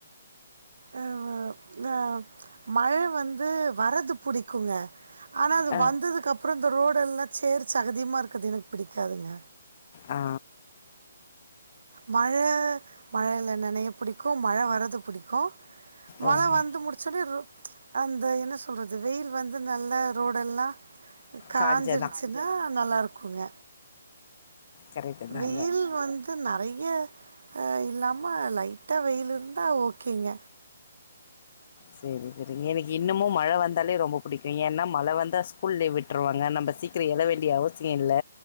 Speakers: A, on the right (about 70°); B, on the left (about 45°).
A: ஆ ஹ த மழை வந்து வரது புடிக்குங்க ஆனா அது
B: அ.
A: வந்ததுக்கப்றொ இந்த ரோடெல்லா சேர் சேகதியுமா இருக்கது எனக்கு புடிக்காதுங்க
B: ஆ
A: மழ மழைல நனய புடிக்கு மழை வரது புடிக்கு மழ
B: ஓஹோ!
A: வந்து முடிச்சது ரோ த என்ன சொல்றது வெயில் வந்து நல்ல ரோடெல்லா காஞ்சிருச்சு
B: காஞ்ச தான்.
A: ந்தா நல்லா இருக்குங்க
B: கரெக்ட்டு தாங்க.
A: வெயில் வந்து நறைய ஆ இல்லாம ம லைட்டா வெயில் இருந்தா ஓகேங்க
B: செரிங்க செரிங்க எனக்கு இன்னமு மழ வந்தாலே ரொம்ப புடிக்கு ஏன்னா மழ வந்தா ஸ்கூல் லீவ் விட் விட்ருவாங்க நம்ப சீக்கிரொ எழ வேண்டிய அவசியொ இல்ல